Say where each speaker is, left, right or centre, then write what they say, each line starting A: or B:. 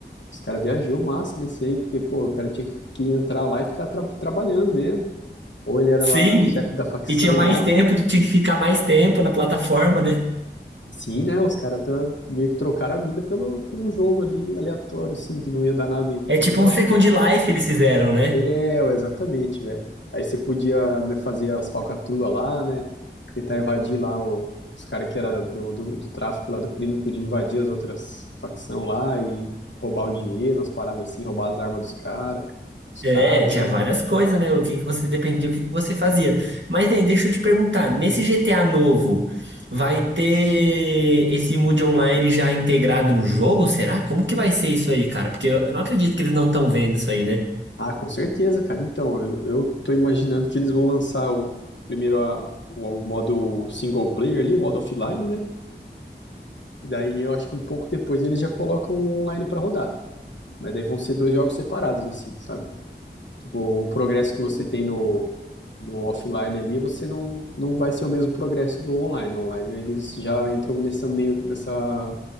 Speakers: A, on the left; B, on the right.
A: Os caras viajou massa nesse aí, porque, pô, o cara tinha que entrar lá e ficar tra- trabalhando mesmo. Ou ele era
B: Sim,
A: lá chefe da facção
B: e tinha mais
A: lá.
B: tempo, tinha que ficar mais tempo na plataforma, né?
A: Sim, né? Os caras tá- meio que trocaram a vida pelo, por um jogo ali aleatório, assim, que não ia dar nada em,
B: É tipo
A: em troca.
B: um Second Life eles fizeram, né?
A: É, exatamente, velho. Aí você podia, né, fazer as falcatruas lá, né? Tentar invadir lá o- os caras que era do, do, do tráfico lá do crime, podia invadir as outras facção lá e roubar o dinheiro, umas paradas assim, roubar as armas dos caras, os carros,
B: É, tinha
A: né?
B: várias coisas, né? O que que você dependia, o que que você fazia. Mas, nem, deixa eu te perguntar, nesse GTA novo, vai ter esse mood online já integrado no jogo? Será? Como que vai ser isso aí, cara? Porque eu eu não acredito que eles não estão vendo isso aí, né?
A: Ah, com certeza, cara. Então, eu, eu tô imaginando que eles vão lançar o primeiro a- o, o modo single player ali, o modo offline, né? Daí eu acho que um pouco depois eles já colocam o online pra rodar. Mas daí vão ser dois jogos separados, assim, sabe? Tipo, o progresso que você tem no, no offline ali, você não, não vai ser o mesmo progresso do online. O online, eles já entram nessa meio que nessa